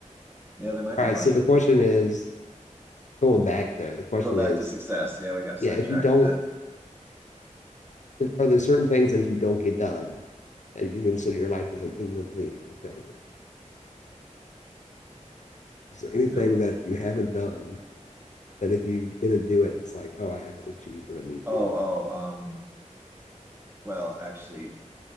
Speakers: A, on the right; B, on the left.
A: yeah, there might
B: All
A: be
B: right,
A: more
B: so
A: Shiki
B: the question
A: people.
B: is going back there, the question
A: Go back
B: is,
A: to success. Yeah, we got
B: yeah,
A: sidetracked,
B: if you don't,
A: but
B: if, are there certain things that if you don't get done, that you consider your life was like incomplete or a failure? Is there anything
A: no.
B: that you haven't done that if you didn't do it, it's like, oh, I haven't achieved what I need
A: Oh,
B: to?
A: oh, um, well, actually,